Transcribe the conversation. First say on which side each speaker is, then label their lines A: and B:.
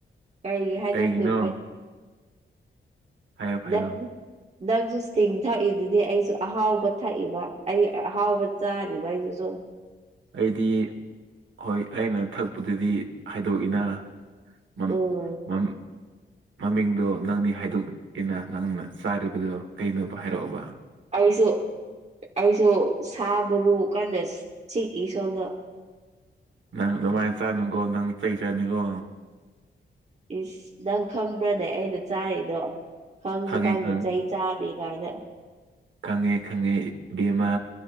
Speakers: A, on the right; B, on the right.
A: ꯀꯔꯤꯒꯤ ꯍꯥꯏꯗꯣꯛꯇꯣꯏ
B: ꯀꯩꯒꯤꯅꯣ ꯍꯥꯏꯌꯣ
A: <inaudible>
B: ꯍꯥꯏꯌꯣ
A: ꯅꯪꯁꯨ ꯁꯇꯤꯡ ꯊꯛꯏꯗꯨꯗꯤ ꯑꯩꯁꯨ ꯑꯍꯥꯎꯕ ꯊꯛꯏꯕ ꯑꯩ ꯑꯍꯥꯎꯕ ꯆꯥꯔꯤꯕ ꯑꯩꯁꯨ ꯁꯨꯝ
B: ꯑꯩꯗꯤ ꯍꯣꯏ ꯑꯩꯅ ꯊꯛꯄꯗꯨꯗꯤ ꯍꯥꯏꯗꯣꯛꯏꯅ ꯃꯝ
A: ꯎꯝ
B: ꯃꯝ ꯃꯃꯤꯡꯗꯣ ꯅꯪꯅꯤ ꯍꯥꯏꯗꯣꯛꯀꯦꯅ ꯅꯪꯅ ꯆꯥꯔꯤꯕꯗꯣ ꯀꯩꯅꯣꯕ ꯍꯥꯏꯔꯛꯑꯣꯕ
A: ꯑꯩꯁꯨ ꯑꯩꯁꯨ ꯁꯥ ꯃꯔꯨ ꯀꯥꯟꯗ ꯆꯤꯛꯏ ꯁꯣꯝꯗ
B: ꯅꯪ ꯑꯗꯨꯃꯥꯏꯅ ꯆꯥꯅꯨꯀꯣ ꯅꯪ ꯆꯩ ꯆꯠꯅꯤꯀꯣ
A: ꯏꯁ ꯅꯪ ꯈꯪꯕ꯭ꯔꯅꯦ ꯑꯩꯅ ꯆꯥꯔꯤꯗꯣ ꯈꯪꯁꯨ
B: ꯈꯪꯉꯦ
A: ꯈꯪꯗꯦ
B: ꯈꯪꯉꯦ
A: ꯆꯩ ꯆꯔꯒꯗ
B: ꯈꯪꯉꯦ ꯈꯪꯉꯦ ꯕꯦꯝꯃꯥ